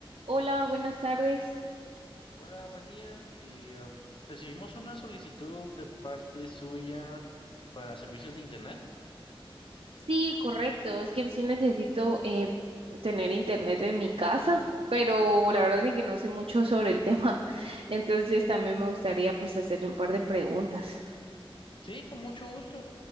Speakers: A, on the right (about 70°); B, on the left (about 60°).
A: Hola, buenas tardes.
B: Hola, buen día. Y, um, recibimos una solicitud de parte suya para servicios de internet.
A: Sí, correcto. Es que sí necesito eh, tener internet en mi casa, pero la verdad es que no sé mucho sobre el tema. <laughs> Entonces también me gustaría
B: Ya.
A: pues hacerle un par de preguntas.
B: Sí, con mucho gusto.